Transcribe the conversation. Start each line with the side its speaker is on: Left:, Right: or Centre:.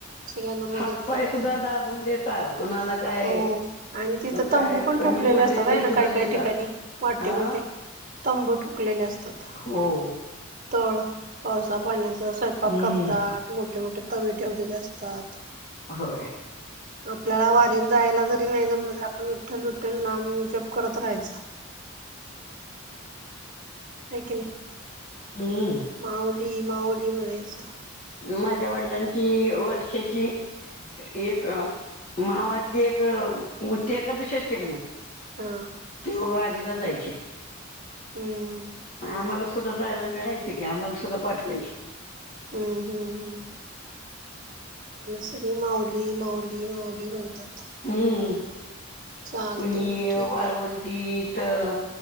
Right: सगळ्यांना
Left: हातपाय
Right: मदत करतात
Left: सुद्धा दाबून देत. कोुणाला काय.
Right: हो आणि तिथं तंबू
Left: काय
Right: पण
Left: कमी
Right: ठोकलेले
Left: पडले
Right: असतात
Left: ते
Right: आहे ना
Left: सुद्धा
Right: काय
Left: देतात
Right: काय ठिकाणी वाटेमध्ये.
Left: हा
Right: तंबू टुकलेले असतात.
Left: हो.
Right: तळ पावसा पाण्याचा स्वयंपाक
Left: हम्म
Right: करतात मोठे मोठे तवे ठेवलेले असतात.
Left: होय.
Right: आपल्याला वा. जायला जरी नाही जमलं तरी आपण विठ्ठल विठ्ठल नाम जप करत राहायं. एकक नाही.
Left: हम्
Right: माऊली, माऊली म्हणायचं.
Left: माझ्या वडिलांची वर्षाची एक मावातली एक मोठी एकादशी असते का नाय
Right: हा
Left: तेव्हा वारीला जायचे
Right: हम्
Left: आम्हाला सुद्धा जायला मिळायच की आम्हाला सुद्धा पाठवायचे.
Right: हम्म हम्म हम सगळी माऊली माऊली माऊली म्हणतात.
Left: हम्म
Right: चालतय
Left: कुणी
Right: मग ठीक
Left: वाळवण
Right: आहे
Left: ी तर